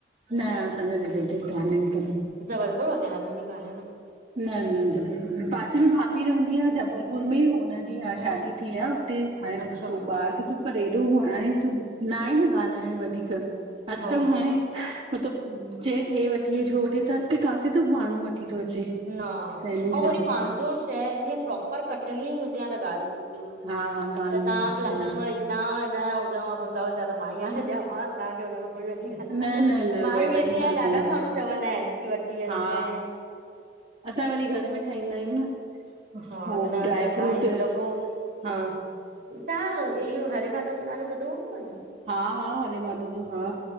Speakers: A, on the right (about 35°); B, on the right (about 55°).
A: न, असां जा रिलेटिव कानन के।
B: जबलपुर वगैरह में बि काने व?
A: न, न। जबलपुर में, पासे में भाभी रहंदी आ, जबलपुर में हो हुन जी हा
B: हम्म
A: शादी थी आ उते, हाणे
B: अच्छा
A: बियो बार बि थ्यूस। पर एॾो हाणे न आहे न ॻाल्हाइण वधीक, अॼकल्ह
B: हो
A: हाणे। मतलब चयसि हे वठी अच्, हो वठी अचु त, अञ कल काथे तो माण्हू वठी थो अचे।
B: न।
A: त हिन
B: अंउ,
A: करे
B: वरी पांजो शहर जीअं प्रोपर कटनी ई, हुजे ह त ॻाल्हि
A: हा ॻाल्हि
B: त तव्हां ब्लास्ट
A: सही
B: मां <unintelligible> तव्हां हिन जा हुजो भुसावल जा त मा ई आणे ॾियांव हा, तव्हांखे हुनमें कोई वॾी
A: न न न
B: मां
A: वरी
B: ई
A: वॾी
B: वेंदी
A: ॻाल्हि
B: आहियां,
A: न
B: ॾाढा
A: आहे
B: माण्हू चवंदा आहिनि की वठी
A: हा
B: अचे
A: असां वरी, घर में ठाहींदा आहियूं न। हो,
B: हा न
A: ड्राय
B: न
A: फ्रूट
B: तव्हां हिकु दफ़ो
A: हा
B: तव्हां इहो, हरे मादव जो नालो ॿुधो हूंदव न?
A: हा हा, हर माधव जो हा।